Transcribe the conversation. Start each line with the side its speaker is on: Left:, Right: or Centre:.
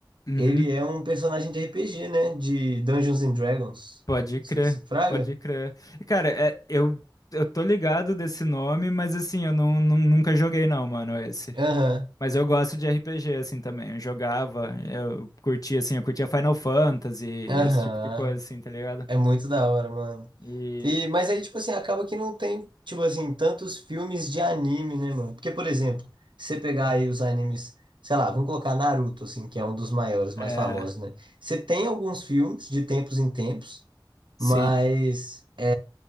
Left: Uhum.
Right: ele é um personagem de RPG, né? De Dungeons and Dragons.
Left: Pode crer,
Right: Isso que se fraga?
Left: pode crer. Cara, é, eu, eu tô ligado desse nome, mas assim, eu não, nu- nunca joguei não, mano, esse.
Right: Aham,
Left: Mas eu gosto de RPG, assim, também. Eu jogava, eu curtia, assim, eu curtia Final Fantasy, esse
Right: aham.
Left: tipo de coisa, assim, tá ligado?
Right: É muito da hora, mano.
Left: E...
Right: E, mas aí, tipo assim, acaba que não tem, tipo assim, tantos filmes de anime, né, mano? Porque, por exemplo, se você pegar aí os animes, sei lá, vamos colocar Naruto, assim, que é um dos maiores, mais
Left: É,
Right: famosos, né? Você tem alguns filmes de tempos em tempos.
Left: sim.
Right: Mas é,